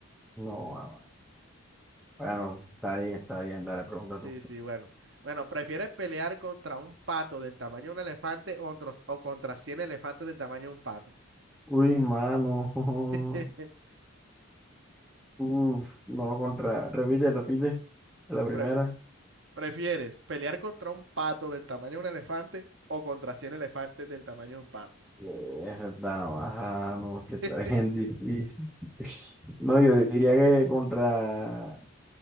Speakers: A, in the centre; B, on the right (about 60°).
A: No, mamá. Bueno, está bien, está bien, dale, pregunta
B: Sí,
A: tú.
B: sí, bueno. Bueno, ¿prefieres pelear contra un pato del tamaño de un elefante o contra, o contra 100 elefantes del tamaño de un pato?
A: Uy, mano.
B: <laughs>
A: <laughs> Uf, no, contra. Repite, repite. La primera.
B: Prefi- ¿Prefieres pelear contra un pato del tamaño de un elefante o contra 100 elefantes del tamaño de un pato?
A: Es verdad, ajá, no, es que está
B: <laughs>
A: bien difícil. <laughs> No, yo diría que contra,